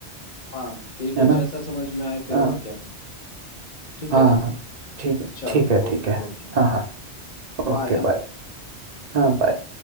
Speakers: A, on the left; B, on the right.
A: हाँ देखो
B: है ना
A: जैसा समझ में आए फिर
B: हाँ
A: और क्या ठीक
B: हाँ
A: है ना
B: ठीक
A: चलो
B: ठीक है
A: ओके
B: ठीक है
A: ओके
B: हाँ हाँ
A: बाय
B: ओके
A: हाँ।
B: बाय हाँ बाय